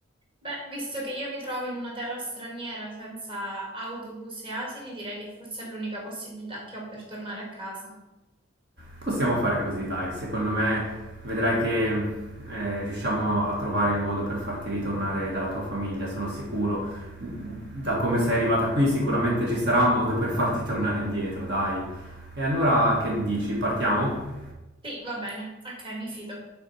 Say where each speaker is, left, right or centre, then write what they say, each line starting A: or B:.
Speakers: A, on the right; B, on the right.
A: Beh, visto che io mi trovo in una terra straniera senza autobus e asini, direi che forse è l'unica possibilità che ho per tornare a casa.
B: Possiamo fare così, dai. Secondo me vedrai che eh, riusciamo a trovare il modo per farti ritornare dalla tua famiglia, sono sicuro. Da come sei arrivata qui, sicuramente ci sarà un modo per farti tornare indietro, dai. E allora che dici? Partiamo?
A: Sì, va bene, ok, mi fido.